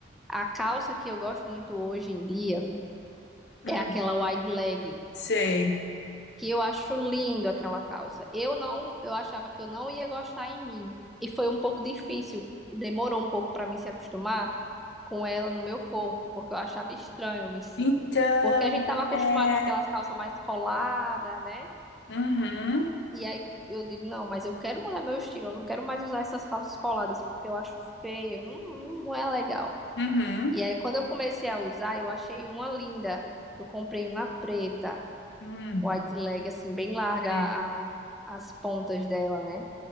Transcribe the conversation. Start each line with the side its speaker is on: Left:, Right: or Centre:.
Centre: A calça que eu gosto muito hoje em dia
Left: Hum,
Centre: é aquela wide leg,
Left: sei.
Centre: que eu acho lindo aquela calça. Eu não, eu achava que eu não ia gostar em mim. E foi um pouco difícil, demorou um pouco para mim se acostumar com ela no meu corpo, porque eu achava estranho, me se-
Left: Então,
Centre: porque a gente estava acostumado
Left: é.
Centre: com aquelas calças mais coladas, né?
Left: Uhum,
Centre: E aí eu digo, não, mas eu quero mudar meu estilo, eu não quero mais usar essas calças coladas, porque eu acho feio, não, não não é legal.
Left: uhum,
Centre: E aí quando eu comecei a usar, eu achei uma linda, que eu comprei uma preta,
Left: hum,
Centre: wide leg, assim, bem larga
Left: sei.
Centre: a- as pontas dela, né?